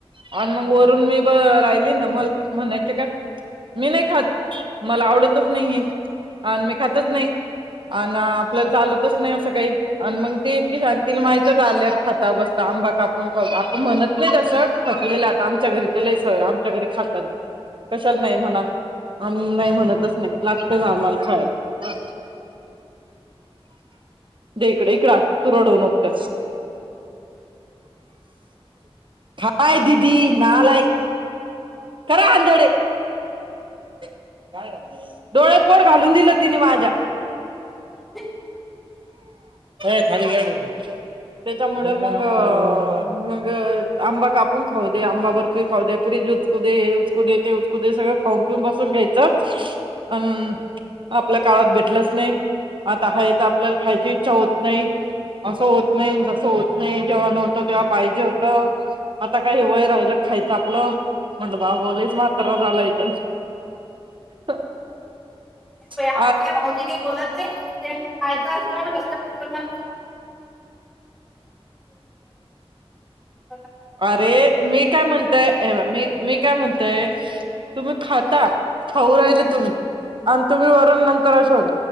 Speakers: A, on the right; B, in the centre.
A: आण मग वरून मी ब राहिली ना मग म्हणायचे काय, मी नाही खात मला आवडतच नाहीये. अन मी खातच नाही. अण आपल्याला चालतच नाही असं काही अण मग ते इतकी शांतील माहित होतं आल्यावर खाती आता मस्त आंबा कापून खाऊ आपणम्हणत नाही. असं थकलेलं आता आमच्या घरी तर लस आमच्या घरी खातात कशाला नाही. म्हणा आम नाही, म्हणतच नाही लागतच आम्हाला खायला इकड इकड तू रडव नकत हाय दीदी नालायक करा आंध काय झालं डोळ्यात बोट घालून दिलं तिन माझ्या.
B: ते.
A: ए खाली खेळरे तू ते चमडं मग. मग आंबा कापून खाऊ दे आंबा बर्फी खाऊ दे फ्रीज उचकू दे हे उचकू दे ते उचकू दे सगळं खाऊन पिऊन बसून घ्यायचं अण आपल्या काळात भेटलच नाही आता हाईत आपल्याला खायची. इच्छा होत नाही असं होत नाही तसं होत नाही जेव्हा नव्हतं तेव्हा पाहिजे होत आता काही वय राहिलं खायचं आपलं म्हण बाबू लयच म्हातार झालं हित ह ह
B: ते
A: ह.
B: भाऊजी काय बोला लयते. त्यांनी खायचं असलंना नसलंना <unintelligible>
A: अरे मी काय म्हणतय अबक मी मी काय म्हणतय तुम्ही खाता खाऊ राहिल तुम्ही आण तुम्ही वरून नंतर अ अ शे होल